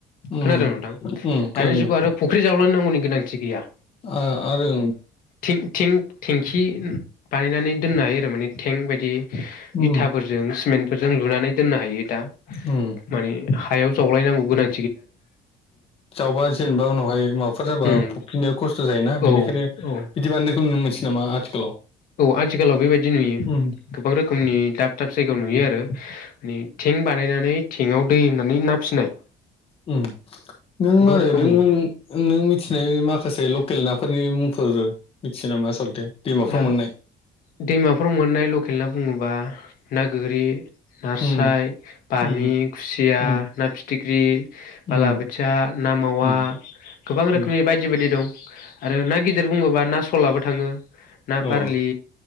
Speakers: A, on the left (about 35°); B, on the left (about 60°).
A: उम
B: खोनादों नोंथां
A: उम खोनादों
B: दानि जुगाव आरो फुख्रि जावलांनांगौनि गोनांथि गैया।
A: आ आरो
B: थेंक थेंखि बानायनानै दोननो हायो आरो माने थेंक बायदि
A: उम
B: इथाफोरजों सिमेन्टफोरजों लुनानै दोननो हायो दा
A: उम
B: मानि हायाव जावलायनांगौ गोनां
A: जावबा जेनेबा उनावहाय माबाफोर जाबा
B: उम
A: फफिनाय खस्थ' जायोना।
B: औ
A: बेनिखायनो
B: औ
A: बिदि बानायनायखौ नुनो मोनसै नामा आथिखालाव?
B: औ आथिखालाव बेबायदि नुयो
A: उम
B: गोबां रोखोमनि दाब दाब जायगायाव नुयो आरो। थेंक बानायनानै थेंकआव दै होनानै ना फिसिनाय
A: ओ नों
B: गोबां
A: मा होनो
B: रोखोमनि
A: नों नों मिथिनाय माखासे दं गेलेनाफोरनि मुंफोर मिथियो नामा आसलथे दैमाफ्राव
B: दा
A: मोननाय
B: दैमाफोराव मोननाय लकेल ना बुङोबा ना गोरि नास्राय
A: उम
B: बामि
A: उम
B: खुसिया
A: उम
B: ना फिथिख्रि बालाबोथिया
A: उम
B: ना मावा
A: उम
B: गोबां रोखोमनि
A: उम
B: बायदि बायदि दं। आरो ना गिदिर बुङोब्ला ना सलाबो थाङो ना
A: अ
B: बारलि